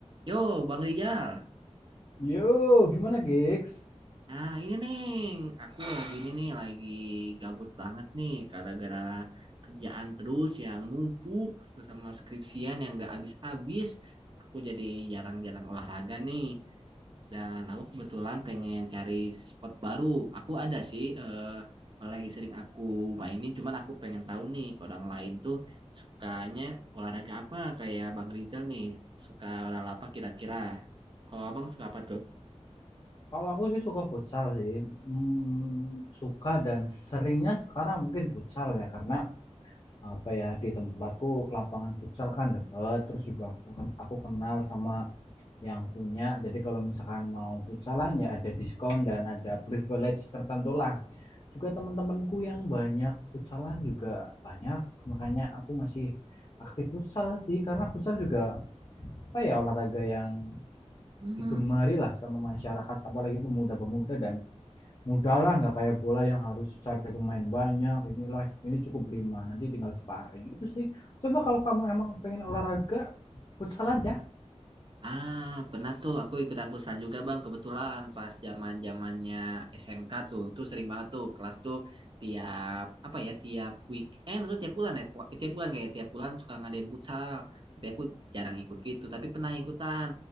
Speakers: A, on the right; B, on the left.
A: Yo, Bang Rijal.
B: Yo, gimana gigs?
A: Nah, ini Neng, aku lagi ini nih, lagi gabut banget nih, gara-gara kerjaan terus yang numpuk terus sama skripsian yang gak habis-habis. Aku jadi jarang-jarang olahraga nih, dan aku kebetulan pengen cari spot baru. Aku ada sih, eh, lagi sering aku mainin, cuman aku pengen tahu nih, kalau orang lain tuh sukanya olahraga apa, kayak Bang Rijal nih, suka olahraga apa kira-kira. Kalau abang suka apa
B: Kalau aku sih suka futsal sih, Hmm, suka dan seringnya sekarang mungkin futsal ya karena apa ya di tempatku lapangan futsal kan deket, terus juga aku, ken- aku kenal sama yang punya. Jadi kalau misalkan mau futsalan ya ada diskon dan ada privilege tertentu lah. Juga teman-temanku yang banyak futsalan juga banyak, makanya aku masih aktif futsal sih karena futsal juga apa ya olahraga yang
A: tuh?
B: digemari lah sama masyarakat apalagi pemuda-pemuda dan mudah lah nggak kayak bola yang harus cari pemain banyak inilah ini cukup lima nanti tinggal sparring itu sih coba kalau kamu emang pengen olahraga futsal aja
A: Ah, pernah tuh aku ikutan futsal juga Bang, kebetulan pas zaman-zamannya SMK tuh, tuh sering banget tuh kelas tuh tiap apa ya, tiap weekend atau tiap bulan ya, po- tiap bulan kayak tiap bulan suka ngadain futsal. Tapi aku jarang ikut gitu, tapi pernah ikutan.